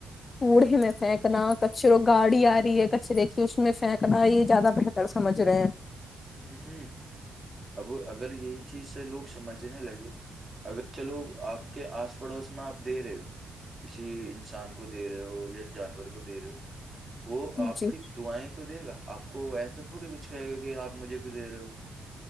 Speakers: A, on the left; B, on the right.
A: کوڑے میں پھینکنا کچروں گاڑی آ رہی ہے کچرے کی اس میں پھینکنا یہ زیادہ بہتر سمجھ رہے ہیں
B: ہ اب اگر یہی چیز سے لوگ سمجھنے لگے اگر چلو آپ کے آس پڑوس میں آپ دے رہے ہو کسی انسان کو دے رہے ہو یا جانور کو دے رہے ہو وہ آپ
A: جی
B: کی دعیں تو دے گا آپ کو ایسا تو تھوڑی کچھ کہے گا کہپجھے ک د رہ ہو